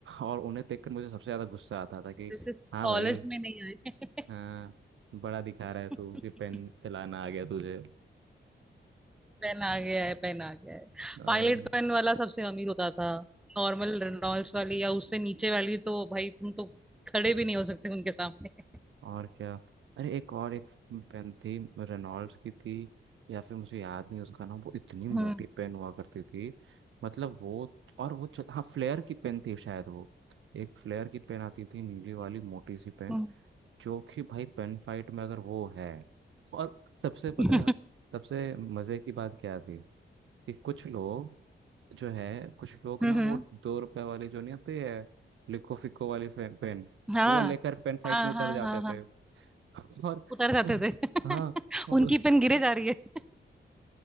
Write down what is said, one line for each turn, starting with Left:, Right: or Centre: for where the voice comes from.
Right: और उन्हें देखकर मुझे सबसे ज्यादा गुस्सा आता था कि
Centre: दिस इज
Right: हाँ
Centre: कॉलेज
Right: भाई
Centre: में नहीं आए
Right: हाँ बड़ा दिखा रहा है
Centre: <laughs>
Right: तू कि पेन चलाना आ गया तुझे
Centre: पेन आ गया है पेन आ गया है
Right: अम,
Centre: पायलट पेन वाला सबसे अमीर होता था नॉर्मल रेनॉल्ड्स वाली या उससे नीचे वाली तो भाई तुम तो खड़े भी नहीं हो सकते उनके सामने
Right: और क्या अरे एक और एक पेन थी रेनॉल्ड्स की थी या फिर मुझे याद नहीं उसका नाम वो इतनी मोटी
Centre: हम्म
Right: पेन हुआ करती थी मतलब वो और वो चल- हाँ फ्लेयर की पेन थी शायद वो एक फ्लेयर की पेन आती थी नीली वाली मोटी सी पेन
Centre: हम्म
Right: जो कि भाई पेन फाइट में अगर वो है और सबसे पता
Centre: <laughs>
Right: है सबसे मज़े की बात क्या थी कि कुछ लोग जो है कुछ लोग
Centre: हम्म,
Right: ना वो
Centre: हम्म,
Right: दो रुपए वाली जो नहीं आती है लिको फिको वाली पेन
Centre: हाँ
Right: वो लेकर पेन फाइट
Centre: हाँ
Right: में उतर
Centre: हाँ
Right: जाते
Centre: हाँ हाँ
Right: थे <laughs> और
Centre: उतर जाते
Right: उस-
Centre: थे <laughs>
Right: हाँ और
Centre: उनकी
Right: उस
Centre: पेन गिरे जा रही है